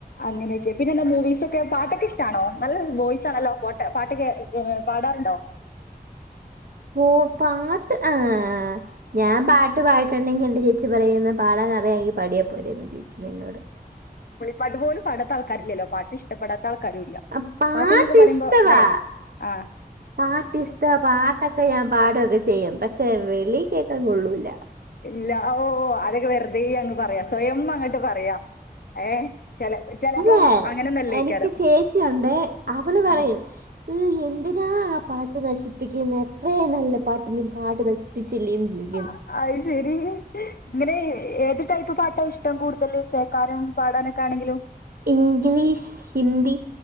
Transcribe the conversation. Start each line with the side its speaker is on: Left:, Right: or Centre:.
Left: അങ്ങനെയൊക്കെ പിന്നെ എന്താ മൂവീസ് പാട്ടൊക്കെ ഇഷ്ടാണോ നല്ല വോയിസ് ആണല്ലോ പോട്ടെ പാട്ടൊക്കെ ക്ക്ഏ പാടാറുണ്ടോ
Right: ഓ പാട്ട് ആഹ് ഞാൻ പാട്ട് പായിട്ടുണ്ടെങ്കി എന്റെ ചേച്ചി പറയുന്ന പാടാൻ അറിയാങ്കി പാടിയാ പോരേന്ന് ചോയിക്കുന്നു എന്നോട്
Left: പാട്ടു പോലും പാടാത്ത ആൾക്കാരില്ലേല്ലോ പാട്ടിഷ്ടപ്പെടാ ത്താൾക്കാരും ഇല്ല
Right: ആഹ് പാട്ട്
Left: പാട്ട്ന്നൊക്കെ പറയുമ്പോ
Right: ഇഷ്ടവാ
Left: ല്ലേ അ
Right: പാട്ട് ഇശ്ടാ പാട്ടൊക്കെ ഞാൻ പാടൊക്കെ ചെയ്യും പക്ഷേ വെളീ കേക്കാൻ കൊള്ളൂലാ
Left: ഇല്ലാ ഓ അതൊക്കെ വെറുതേ അങ്ങ് പറയാ സ്വയം അങ്ങട്ട് പറയാ ഏ ചെല ചെലപ്പം
Right: തേ
Left: അങ്ങനൊന്നല്ലേയ്ക്കാരം.
Right: എനിക്ക് ചേച്ചിണ്ട് അവള് പറയും
Left: ആഹ്
Right: <unintelligible> എന്തിന്ന ആ പാട്ട് നശിപ്പിക്കുന്നേ എത്രയിം നല്ല പാട്ട് നീ പാടി നശിപ്പിച്ചില്ലേന്ന് ചോയ്
Left: ആഹ് അത് ശെരി ഇങ്ങനേ ഏത് ടൈപ്പ് പാ ട്ടാ ഇഷ്ടം കൂടുതല് കേക്കാനും പാടാനൊക്ക ആണെങ്കിലും
Right: ഇംഗ്ലീഷ് ഹിന്ദി